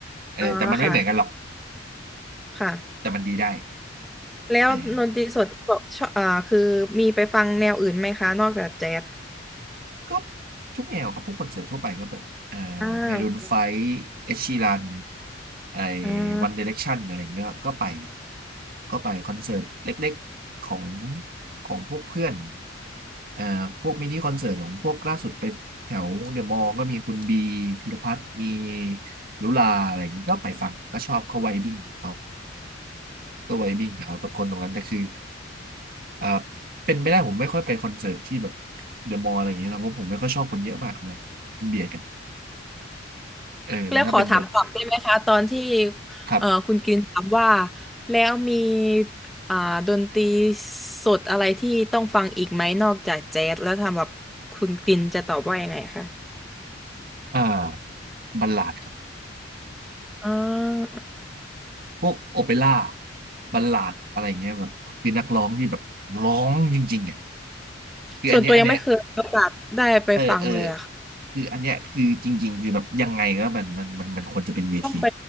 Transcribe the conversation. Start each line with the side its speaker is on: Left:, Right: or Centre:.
Right: เออแต่มันไม่เหมือนกันหรอก
Centre: อ๋อค่ะค่ะ
Right: แต่มันดีได้
Centre: แล้วดนตรีสดบอกชอบอ่าคือมีไปฟังแนวอื่นไหมคะนอกจากแจ๊ส
Right: เออ ก็ทุกแนวครับพวกคอนเสิร์ตทั่วไปก็แบบเอ่อเมรูนไฟว์เอชีรัน
Centre: อ่า
Right: ไอ
Centre: อ่า
Right: วันเดเรคชั่นอะไรอย่างเงี้ยครับก็ไปก็ไปคอนเสิร์ตเล็กๆของของพวกเพื่อนเอ่อพวกมินิคอนเสิร์ตของพวกล่าสุดไปแถวเดอะมอลล์ก็มีคุณบีพีรพัฒน์มีลุลาอะไรอย่างงี้ก็ไปฟังก็ชอบเขาไวบิ้งเขา ตัวไวบิ้งเอาตะกอตรงนั้นแต่คืออ่าเป็นไม่ได้ผมไม่ค่อยไปคอนเสิร์ตที่แบบเดอะมอลล์อะไรอย่างเงี้ยนะเพราะผมไม่ค่อยชอบคนเยอะมากอะไรเบียดกันเออแต่ถ้าเป็นแบบ
Centre: แล้วขอถามกลับได้ไหมคะตอนที่
Right: ครับ
Centre: เอ่อคุณกินถามว่าแล้วมีอ่าดนตรีสดอะไรที่ต้องฟังอีกไหมนอกจากแจ๊สแล้วทำแบบคุณกินจะตอบว่ายังไงคะ
Right: อ่าบัลลาดครับ
Centre: อ่า
Right: พวกโอเปร่าบัลลาดอะไรอย่างเงี้ยแบบคือนักร้องที่แบบร้องจริงๆอ่ะคืออันเนี้ยอันเนี้ย
Centre: ส่วนตัวยังไม่เคยมีโอกาสได้ไปฟังเลยอะค่ะ
Right: เออเออคืออันเนี้ยคือจริงๆคือแบบยังไงก็มันมันมันมันควรจะเป็นเวที
Centre: ต้องไป